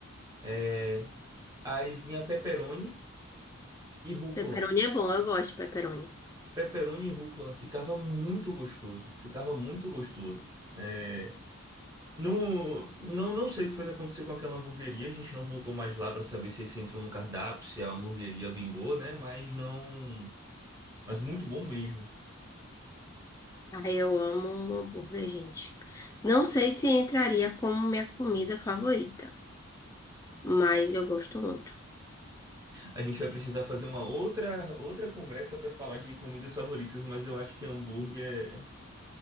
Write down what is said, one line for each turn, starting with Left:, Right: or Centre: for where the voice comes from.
Right: É, aí vinha pepperoni e rúcula.
Left: Pepperoni é bom, eu gosto de pepperoni.
Right: Pepperoni e rúcula ficava muito gostoso. Ficava muito gostoso. É, não, não, não sei o que foi que aconteceu com aquela hamburgueria. A gente não voltou mais lá para saber se esse entrou no cardápio, se a hamburgueria vingou, né? Mas não. Mas muito bom mesmo.
Left: Ah, eu amo um hambúrguer, gente. Não sei se entraria como minha comida favorita, mas eu gosto muito.
Right: A gente vai precisar fazer uma outra outra conversa para falar de comidas favoritas, mas eu acho que hambúrguer